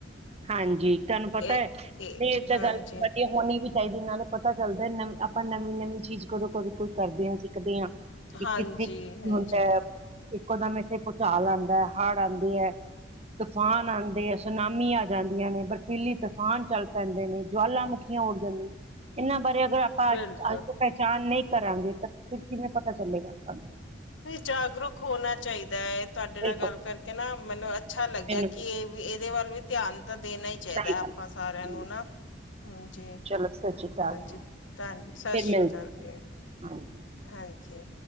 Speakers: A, on the right; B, on the left.
A: ਹਾਂਜੀ। ਤੁਹਾਨੂੰ
B: ਇਹ
A: ਪਤਾ ਹੈ। ਨਹੀਂ ਇਹ ਤਾਂ
B: ਹਾਂਜੀ
A: ਗੱਲ ਵਧੀਆ ਹੋਣੀ ਵੀ ਹੀ ਨਾਲ ਹੀ ਪਤਾ ਚੱਲਦਾ ਆਪਾਂ ਨਵੀਂ ਨਵੀਂ ਚੀਜ਼ ਕਦੋਂ- ਕਦੋਂ ਕੁਈ ਕਰਦੇ ਹਾਂ। ਸਿੱਖਦੇ ਹਾਂ। ਕਿ
B: ਹਾਂਜੀ
A: ਕਿੱਥੇ
B: ਹਾਂਜੀ
A: ਹੁੰਦਾ ਹੈ। ਇੱਕੋ ਦਮ ਇੱਥੇ ਭੂਚਾਲ ਆਉਂਦਾ, ਹੜ ਆਉਂਦੀ ਹੈ। ਤੂਫਾਨ ਆਉਂਦੇ ਆ, ਸੁਨਾਮੀ ਜਾਂਦੀਆਂ ਨੇ। ਬਰਫੀਲੀ ਤੂਫਾਨ ਚੱਲ ਪੈਂਦੇ ਨੇ, ਜੁਆਾਲਾਂ ਮੁੁਖੀਆਂ ਉੱਡ ਜਾਂਦੀਆਂ ਨੇ। ਇਹਨਾਂ ਬਾਰੇ ਅਗਰ ਆਪਾਂ
B: ਬਿਲਕੁਲ
A: ਅੱਜ ਤੋਂ ਪਹਿਚਾਣ ਨਹੀਂ ਕਰਾਂਗੇ। ਤਾਂ ਫਿਰ ਕਿਵੇਂ ਪਤਾ ਚੱਲੇਗਾ ਆਪਾਂ ਨੂੰ।
B: ਜਾਗਰੂਕ ਹੋਣਾ ਚਾਹੀਦਾ ਹੈ। ਤੁਹਾਡੇ
A: ਬਿਲਕੁਲ
B: ਨਾਲ ਗੱਲ ਕਰਕੇ ਨਾ ਮੈਨੂੰ ਅੱਛਾ ਲੱਗਿਆ।
A: ਮੈਨੂੰ
B: ਕਿ ਇਹ ਵੀ ਇਹਦੇ ਵੱਲ ਵੀ ਧਿਆਨ ਤਾਂ ਦੇਣਾ ਹੀ ਚਾਹੀਦਾ
A: ਸਹੀ
B: ਆਪਾਂ
A: ਗੱਲ
B: ਸਾਰਿਆਂ
A: ਜੀ
B: ਨੂੰ ਨਾ। ਹਾਂਜੀ
A: ਚਲੋ ਸਤਿ ਸ਼੍ਰੀ ਅਕਾਲ
B: -ਹਾਂਜੀ ਧੰਨ ਸਤਿ
A: ਫਿਰ
B: ਸ੍ਰੀ
A: ਮਿਲਦੇ
B: ਅਕਾਲ ਜੀ।
A: ਹਾਂ ਹਾਂਜੀ
B: ਹਾਂਜੀ।